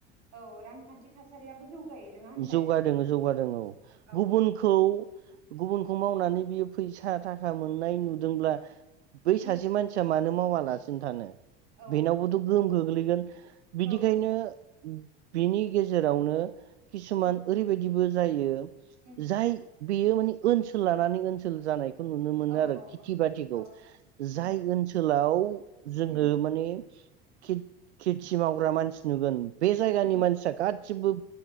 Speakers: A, on the right; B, on the right.
A: औ रांखान्थि थासारियाबो जौगायो नङा होनलाय
B: जौगादों जौगादों औ
A: औ।
B: गुबुनखौ गुबुनखौ मावनानै बियो फैसा थाखा मोननाय नुदोंब्ला बै
A: उम
B: सासे मानसिया मानो मावाला सिन थानो।
A: औ
B: बेनावबो थ' गोहोम गोग्लैगोन बिदिखायनो
A: औ
B: बिनि गेजेरावनो किसुमान
A: उम
B: ओरैबायदिबो जायो।
A: उम
B: जाय बेयो माने ओनसोल लानानै ओनसो जानायख नुनो मोनो
A: औ
B: आरो
A: औ
B: खेथि
A: औ
B: बाखौ
A: औ
B: जाय
A: औ
B: ओनसोल लाउ जोङो
A: उम
B: माने खेथि मावग्रा मानसि नुगोन बे जायगानि
A: उम
B: मानसिया गा सिबो